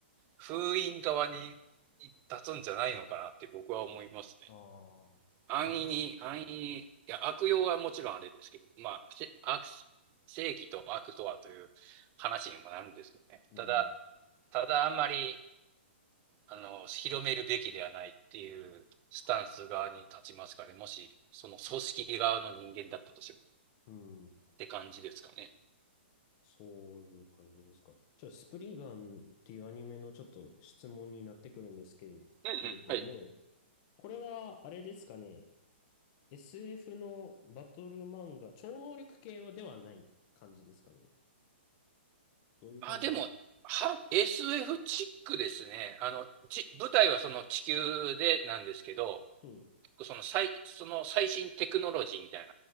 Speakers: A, on the right (about 25°); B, on the left (about 30°).
A: 封印側に立つんじゃないのかなって僕は思いますね。
B: ああ。
A: 安易に、
B: またす。
A: 安易に、いや、悪用はもちろんあれですけど、まあ、悪正義と悪とはという話にもなるんですけどね。
B: うん。
A: ただ、ただあんまり、あの、広めるべきではないっていうスタンス側に立ちますかね。もし、その組織側の人間だったとしても
B: うん。
A: って感じですかね。
B: そういう感じですか。ちょ、スプリガンっていうアニメのちょっと質問になってくるんですけれ
A: うんうん。
B: ども、
A: はい。
B: これは、あれですかね。SF のバトル漫画、超能力系はではない感じですかね。どういう感じなんだ
A: まあでも、は SF チックですね。あの、ち舞台はその地球でなんですけど、
B: うん。
A: その最、その最新テクノロジーみたい